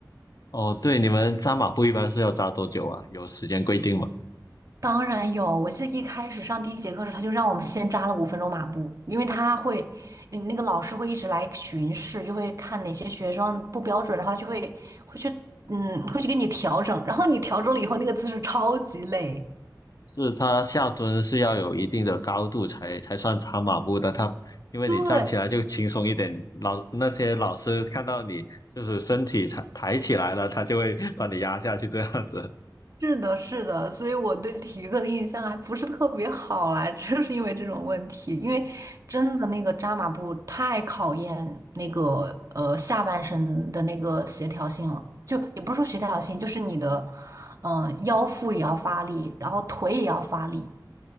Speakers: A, on the left (about 55°); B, on the right (about 50°).
A: 哦，对，你们扎马步一般是要扎多久啊？有时间规定吗？
B: 当然有，我记得一开始上第一节课时，他就让我们先扎了五分钟马步，因为他会，嗯那个老师会一直来巡视，就会看哪些学生不标准，然后就会会去，嗯，会去给你调整，然后你调整了以后，那个姿势超级累。
A: 是它下蹲是要有一定的高度才才算扎马步的，它因为你站起来就轻松一点，
B: 对，
A: 老那些老师看到你就是身体抬抬起来了，他就会把你压下去这样子。
B: 是的，是的，所以我对体育课的印象还不是特别好啦，<laughs> 就是因为这种问题，因为真的那个扎马步太考验那个呃下半身的那个协调性了，就也不是说协调性，就是你的嗯、呃腰腹也要发力，然后腿也要发力，